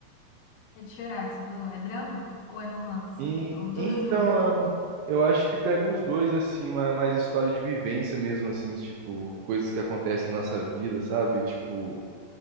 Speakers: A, on the left; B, on the right.
A: É de chorar que você falou. É drama ou é romance?
B: E,
A: Ou tudo
B: então,
A: junto?
B: eu eu acho que pega os dois, assim, uma mais história de vivência mesmo, assim, tipo, coisas que acontecem na nossa vida, sabe? Tipo,